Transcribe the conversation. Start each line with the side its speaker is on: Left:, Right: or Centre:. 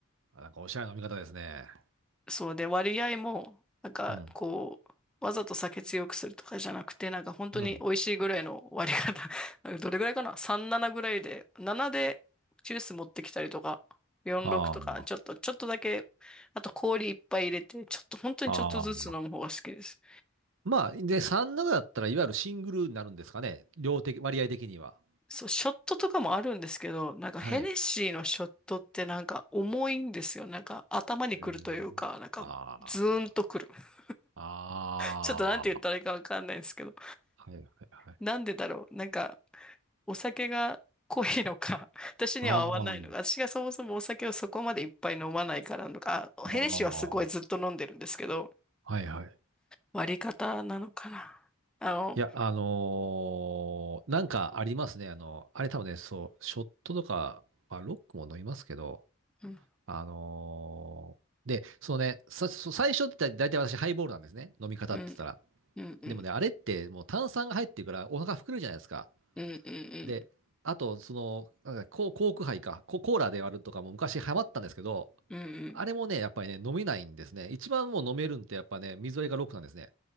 Right: なんかおしゃれな飲み方ですね。
Centre: そうで、割合も、なんか、
Right: うん、
Centre: こう、わざと酒強くするとかじゃなくて、なんか本当に美味しいぐらいの割り方。
Right: うん。
Centre: <laughs> なんかどれぐらいかな ?37 ぐらいで、7でジュース持ってきたりとか、46とか、
Right: あー
Centre: ちょっと、ちょっとだけ、あと氷いっぱい入れて、ちょっと、本当にちょっとずつ飲む方が好きです。
Right: あー。まあ、で、さんな7だったら、いわゆるシングルになるんですかね。量的、割合的には。
Centre: そう、ショットとかもあるんですけど、なんかヘネシーのショットってなんか重いんですよ。
Right: はい。
Centre: なんか頭にくるというか、
Right: え
Centre: なんかズーンとくる。
Right: ー、ああ、
Centre: <laughs>
Right: ああ、
Centre: ちょっとなんて言ったらいいかわかんないんですけど。
Right: はいはいはい。
Centre: なんでだろう。なんかお酒が濃いのか、<laughs> 私には合わないのか、
Right: ああ、
Centre: 私がそもそもお酒をそこまでいっぱい飲まないからなのか、あヘネシーはすごいずっと飲んでるんですけど、
Right: ああ、はいはい。
Centre: 割り方なのかな。あの、
Right: いや、あのーなんかありますね。あの、あれ多分ね、そう、ショットとか、まあ、ロックも飲みますけど、
Centre: うん、
Right: あのーで、そのね、さ、そう最初って大体私ハイボールなんですね。飲み方って言ったら。
Centre: うん、うん、うん、
Right: でもね、あれってもう炭酸が入ってるからお腹膨れるじゃないですか。
Centre: うん、うん、
Right: で、あと、その、なんかココーク杯か、ココーラで割るとかも昔ハマったんですけど、
Centre: うん、うん、
Right: あれもね、やっぱりね、飲めないんですね。一番もう飲めるんってやっぱね、水割りがロックなんですね。